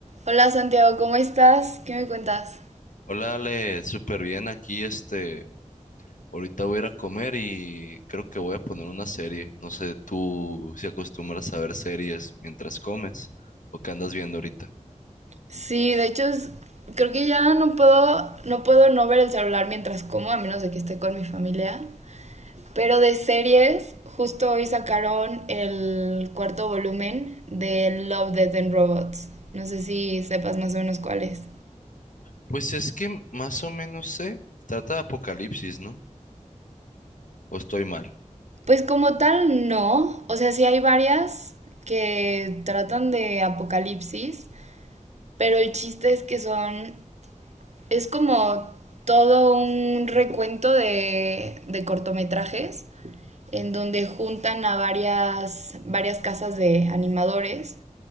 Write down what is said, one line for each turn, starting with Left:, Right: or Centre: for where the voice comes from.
Right: Hola Santiago, ¿cómo estás? ¿Qué me cuentas?
Left: Hola Ale, súper bien aquí, este, ahorita voy a ir a comer y creo que voy a poner una serie. No sé, tú si acostumbras a ver series mientras comes o qué andas viendo ahorita.
Right: Sí, de hecho es- creo que ya no puedo no puedo no ver el celular mientras como, a menos de que esté con mi familia. Pero de series, justo hoy sacaron el cuarto volumen de Love, Death and Robots. No sé si sepas más o menos cuál es.
Left: Pues es que más o menos sé, trata de Apocalipsis, ¿no? O estoy mal.
Right: Pues como tal no, o sea, sí hay varias que tratan de apocalipsis, pero el chiste es que son Es como todo un recuento de, de cortometrajes en donde juntan a varias, varias casas de animadores